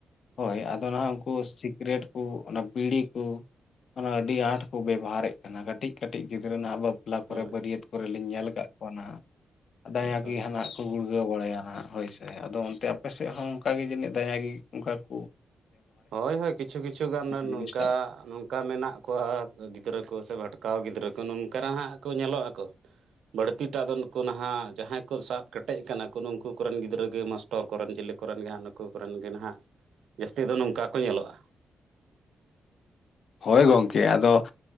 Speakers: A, on the left (about 60°); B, on the right (about 85°).
A: ᱦᱳᱭ ᱟᱫᱚ ᱱᱟᱦᱟᱜ ᱠᱚ ᱥᱤᱠᱨᱮᱴ ᱠᱩ, ᱚᱱᱟ ᱵᱤᱲᱤ ᱠᱩ, ᱚᱱᱟ ᱟᱹᱰᱤ ᱟᱸᱴ ᱠᱚ ᱵᱮᱵᱚᱦᱟᱨᱮᱫ ᱠᱟᱱᱟ ᱠᱟᱹᱴᱤᱡ ᱠᱟᱹᱴᱤᱡ ᱜᱤᱫᱽᱨᱟᱹ ᱨᱮᱱᱟᱜ ᱟᱵᱚ ᱵᱟᱯᱞᱟ ᱠᱚᱨᱮ
B: ᱦᱳᱭ
A: ᱵᱟᱹᱨᱭᱟᱹᱛ ᱠᱚᱨᱮ ᱞᱤᱧ ᱧᱮᱞ ᱟᱠᱟᱫ ᱠᱚᱣᱟ ᱱᱟᱦᱟᱜ᱾ ᱫᱟᱭᱟ
B: ᱦᱳᱭ ᱦᱳᱭ
A: ᱜᱮ ᱦᱟᱱᱟᱜ ᱜᱩᱲᱜᱟᱹᱣ ᱵᱟᱲᱟᱭᱟ ᱦᱟᱸᱜ ᱦᱳᱭ ᱥᱮ ᱟᱫᱚ ᱚᱱᱛᱮ ᱟᱯᱮ ᱥᱮᱫ ᱦᱚᱸ ᱚᱱᱠᱟᱜ ᱜᱮ ᱡᱟᱹᱱᱤᱡ ᱫᱟᱭᱟ ᱜᱮ ᱚᱱᱠᱟ ᱠᱩ᱾
B: ᱦᱳᱭ ᱦᱳᱭ ᱠᱤᱪᱷᱩ ᱠᱤᱪᱷᱩ ᱜᱟᱱ
A: ᱡᱤᱱᱤᱥᱴᱟᱜ
B: ᱱᱚᱝᱠᱟ ᱚᱱᱠᱟ ᱢᱮᱱᱟᱜ ᱠᱚᱣᱟ ᱜᱤᱫᱽᱨᱟᱹ ᱠᱚ ᱥᱮ ᱵᱷᱟᱴᱠᱟᱣ ᱜᱤᱫᱽᱨᱟᱹ ᱠᱚ ᱱᱚᱝᱠᱟ ᱦᱟᱸᱜ ᱠᱚ ᱧᱮᱞᱚᱜ ᱟᱠᱚ᱾ ᱵᱟᱹᱲᱛᱤ ᱴᱟᱜ ᱫᱚ ᱱᱩᱠᱩ ᱱᱟᱦᱟᱜ ᱡᱟᱦᱟᱸᱭ ᱠᱚ ᱥᱟᱵ ᱠᱮᱴᱮᱡ ᱠᱟᱱᱟ ᱠᱚ ᱱᱩᱠᱩ ᱠᱚᱨᱮᱱ ᱜᱤᱫᱽᱨᱟᱹ ᱜᱮ ᱢᱟᱥ- ᱥᱴᱚᱨ ᱠᱚᱨᱮᱱ ᱡᱤᱞᱤ ᱠᱚᱨᱮᱱ ᱡᱟᱦᱟᱸᱜ ᱱᱩᱠᱩ ᱠᱚᱨᱮᱱ ᱜᱮ ᱱᱟᱦᱟᱜ ᱡᱟᱹᱥᱛᱤ ᱫᱚ ᱱᱚᱝᱠᱟ ᱠᱚ ᱧᱮᱞᱚᱜ-ᱟ᱾
A: ᱦᱳᱭ ᱜᱚᱢᱠᱮ ᱟᱫᱚ